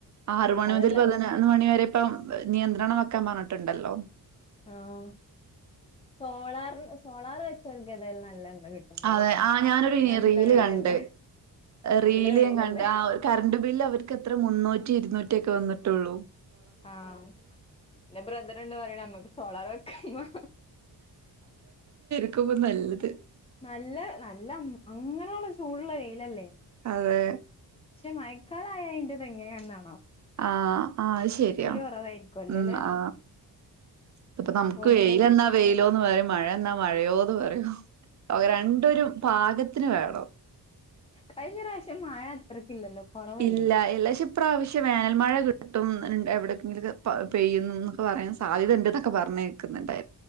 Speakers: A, on the right; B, on the left.
A: ആറ് മണി
B: അതല്ല
A: മുതൽ പതിനൊന്ന് മണി വരെ പ്പം നിയന്ത്ര് ണം വെക്കാൻ പറഞ്ഞിട്ട്ണ്ടല്ലോ.
B: ആഹ് സോളാർ സോളാർ വെ <unintelligible> നല്ല എണ്ണ കിട്ടുണ്ടാവും
A: അതെ ആ ഞാനൊരു
B: നല്ല
A: റീല്
B: വെയിലല്ലേ
A: കണ്ട്.
B: നല്ല
A: റീല്
B: വെയിലല്ലേ
A: ഞാൻ കണ്ട് ആ കറണ്ട് ബില്ല് അവർക്ക് എത്ര മുന്നൂറ്റി ഇരുനൂ റ്റിയൊക്കെ വന്നിട്ടൊള്ളൂ.
B: ആഹ് ൻ്റെ ബ്രദറിണ്ട് പറിണമ്മക്ക് സോളാർ വെക്കമ്മാ
A: ക്കുമ്പം നല്ലത്
B: നല്ല നല്ല അങ്ങനള്ള ചൂടുള്ള വെയിലല്ലേ.
A: അതെ
B: പക്ഷെ മയക്കാലായാ ഇത് എങ്ങനെയാന്നാ
A: ആ ആ അഹ് ശരിയാ
B: കുറവായിരിക്കുവല്ലോ
A: ഉം
B: അല്ലെ
A: ആ ഇത്പ്പൊ നമുക്ക്
B: വോൾട്ടേജ്
A: വെയിലന്നാ വെയിലോന്ന് പറയും മഴ വന്നാ മഴയോത് പറ രും അപൊ രണ്ടൊരൂ പാകത്തി ത്തിന് വേണോ
B: കഴിഞ്ഞറാശ്യം മഴ അത്രക്കില്ലല്ലോ കുറവല്ലേനു
A: ഇല്ല എല്ലാക്ഷിപ്രാവശ്യം വേനാൽ മഴ കി ട്ടും ന്ന് ൺ എവിടെക്കെങ്കിലും പ പെയ്യുന്നു ന്ന് പറയാൻ സാധ്യതണ്ട്ന്നൊക്കെ പറഞ്ഞേക്കുന്നുണ്ടായിരു